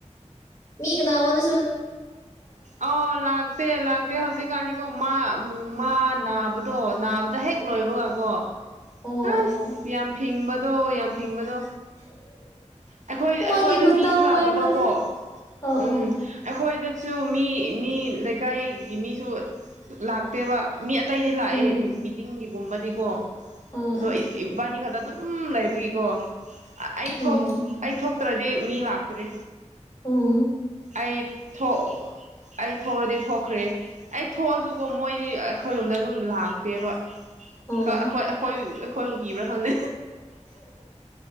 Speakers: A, on the left; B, on the right.
A: ꯃꯤ ꯀꯟꯅꯥ ꯉꯣꯟꯗ
B: ꯑꯣ ꯂꯥꯛ ꯗꯦ ꯂꯥꯛ ꯗꯦ ꯍꯧꯖꯤꯛ ꯀꯅꯤ ꯀꯣ ꯃꯥ ꯃꯥ ꯅꯥꯕꯗꯣ ꯅꯥꯕꯗ ꯍꯦꯛ ꯂꯣꯏꯕꯒꯀꯣ
A: ꯑꯣ
B: ꯑꯁ
A: ꯑꯣ
B: ꯌꯥꯝ ꯐꯤꯡꯕꯗꯣ ꯌꯥꯝ ꯐꯤꯡꯕꯗꯣ ꯑꯩꯈꯣꯏ
A: ꯃꯥꯒꯤ
B: ꯑꯩꯈꯣꯏꯗ
A: ꯃꯇꯥꯡ
B: ꯃꯤꯁꯨ ꯂꯥꯛꯇꯕꯀꯣ
A: ꯑꯣꯏ ꯃꯥꯜꯂꯦ ꯑꯣ
B: ꯎꯝ
A: ꯑꯣ
B: ꯑꯩꯈꯣꯏꯗꯁꯨ ꯃꯤ ꯃꯤ ꯂꯩꯀꯥꯏꯒꯤ ꯃꯤꯁꯨ ꯂꯥꯛꯇꯦꯕ ꯃꯤ ꯑꯇꯩꯗꯤ ꯂꯥꯛꯑꯦꯗꯤ
A: ꯎꯝ
B: ꯃꯤꯇꯤꯡꯒꯤ ꯒꯨꯝꯕꯅꯤꯀꯣ
A: ꯎꯝ
B: ꯑꯗꯣ ꯑꯩ ꯏꯕꯥꯅꯤ ꯈꯠꯇ ꯑꯗꯨꯝ ꯂꯩꯕꯒꯤꯀꯣ ꯑꯩꯊꯣꯛ
A: ꯎꯝ
B: ꯑꯩꯊꯣꯛ ꯇ꯭ꯔꯗꯤ ꯃꯤ ꯂꯥꯛꯇ꯭ꯔꯤ
A: ꯎꯝ
B: ꯑꯩ ꯊꯣꯛ ꯑꯩ ꯊꯣꯛꯑꯗꯤ ꯊꯣꯛꯈ꯭ꯔꯦ ꯑꯩ ꯊꯣꯛꯑꯖꯨꯀꯣ ꯃꯣꯏꯗꯤ ꯑꯩꯈꯣꯏꯔꯣꯝꯗ ꯑꯗꯨꯝ ꯂꯥꯛꯇꯦꯕ
A: ꯎꯝ
B: ꯍ ꯑꯩꯈꯣꯏ ꯑꯩꯈꯣꯏ ꯑꯩꯈꯣꯏꯕꯨ ꯀꯤꯕ꯭ꯔꯥ ꯈꯪꯗꯦ